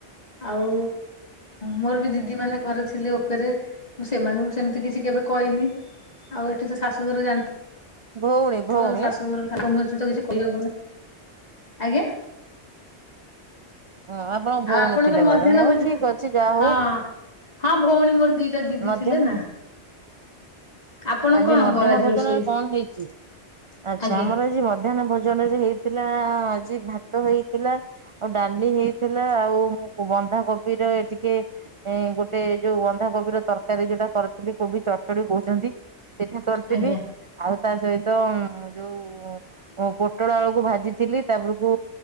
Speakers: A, on the left; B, on the right.
A: ଆଉ ମୋର ବି ଦିଦି ମାନେ କରିଥିଲେ ଉପରେ ମୁ ସେମାନଙ୍କୁ ସେମିତି କିଛି କେବେ କହିନି। ଆଉ ଏଠି ତ ଶାଶୁଘରେ ଜାଣିଥିବୁ।
B: ଭଉଣୀ ଭଉଣୀ
A: ତ ଶାଶୁଘର ଠାକୁଙ୍କର ତ କିଛି କହି ହବନି ଆଜ୍ଞା।
B: ହଁ ଆପଣଙ୍କ ଭଉଣୀ
A: ଆଉ ଆପଣଙ୍କର
B: ଥିଲେ
A: ମଧ୍ୟାହ୍ନ
B: ଘରେ ନାଇଁ
A: ଭୋଜନ
B: ହଉ ଠିକ ଅଛି ଯାହା
A: ହଁ।
B: ହଉ
A: ହଁ ଭଉଣୀ ମୋର ଦିଟା ଦିଦି
B: ମଧ୍ୟାହ୍ନ
A: ଥିଲେ ନା। ଆପଣ
B: ଆଜି
A: କଣ
B: ମଧ୍ୟାହ୍ନ
A: କ ଆଜି
B: ଭୋଜନରେ
A: ରୋଷେଇ
B: କଣ ହେଇଛି ଆଚ୍ଛା
A: ଆଜ୍ଞା
B: ଆମର ଆଜି ମଧ୍ୟାହ୍ନ ଭୋନ ରେ ହେଇ ଥିଲା ଆଜି ଭାତ ହେଇଥିଲା ଆଉ ଡାଲି ହେଇଥିଲା ଆଉ ମୁଁ ବନ୍ଧାକୋବି ଟିକେ ଗୋଟେ ଯୋଉ ବନ୍ଧାକୋବିର ତରକାରୀ ଯୋଉଟା କରି ଥିଲା କୋବି ଚଢଚଢ କହୁଛନ୍ତି ସେଇଠା କରିଥିଲି
A: ଆଜ୍ଞା
B: ଆଉ ତା ସହିତ ଯୋଉ ପୋଟଳ ଆଳୁକୁ ଭାଜିଥିଲି ତାପରକୁ